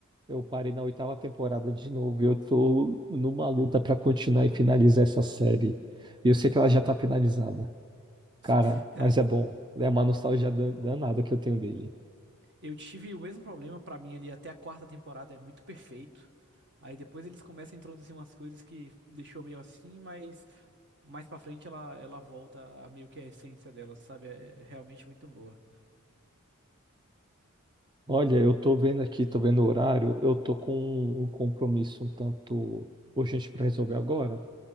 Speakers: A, on the right; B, on the right.
A: eu parei na oitava temporada de novo. e Eu tô numa luta pra continuar e finalizar essa série. E eu sei que ela já tá finalizada,
B: Sim.
A: cara.
B: Cara,
A: Mas é bom. É uma nostalgia dan- danada que eu tenho dele.
B: eu tive o mesmo problema pra mim ali até a quarta temporada, é muito perfeito. Aí depois eles começam a introduzir umas coisas que deixou meio assim, mas mais pra frente ela, ela volta a meio que a essência dela, sabe? É é realmente muito boa.
A: Olha, eu tô vendo aqui, tô vendo o horário. Eu tô com um um compromisso um tanto urgente pra resolver agora.